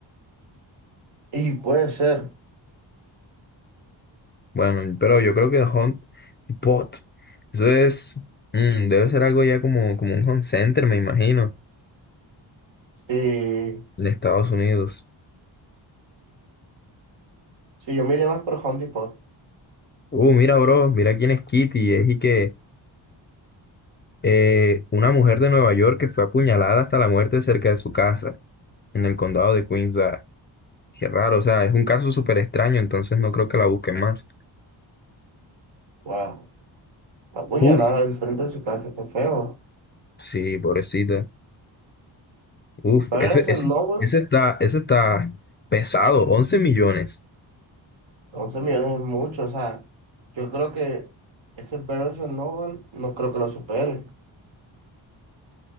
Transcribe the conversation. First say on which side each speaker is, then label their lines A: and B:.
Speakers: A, on the right; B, on the left.
A: Y puede ser,
B: Bueno, pero yo creo que Hunt Bot, eso es, mm, debe ser algo ya como, como un home center, me imagino.
A: si,
B: de Estados Unidos.
A: si yo me iría más por Home Depot.
B: Uh, mira, bro, mira quién es Kitty. Es y que eh, una mujer de Nueva York que fue apuñalada hasta la muerte cerca de su casa, en el condado de Queens. O sea, qué raro, o sea, es un caso súper extraño, entonces no creo que la busquen más.
A: Wow, la puñalada
B: Uf,
A: al frente de su casa, qué feo.
B: sí, pobrecita. Uf,
A: Barnes
B: ese, ese,
A: Noble,
B: ese está, ese está pesado, Once millones.
A: 11 millones es mucho, o sea, yo creo que ese Barnes Noble no creo que lo supere.